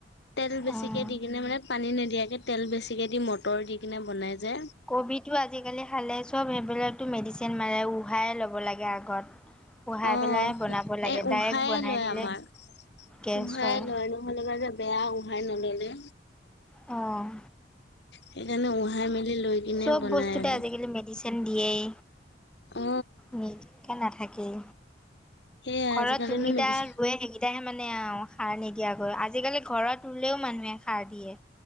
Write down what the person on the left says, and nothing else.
তেল বেছিকে
দি কিনে মানে পানী নিদিয়াকে তেল বেছিকে দি মটৰ দি কিনে বনাই যে।
অ'এ,
উহায়ে
লয়
আমাৰ,
উহায়ে
লয় ন'। খালে মানে বেয়া উহাই নল'লে।
সেইকাৰণে উহাই মেলি লৈ কিনে
বনাই
আৰু।
অ
সেয়াই
আজিকালিনো
মেডিচিন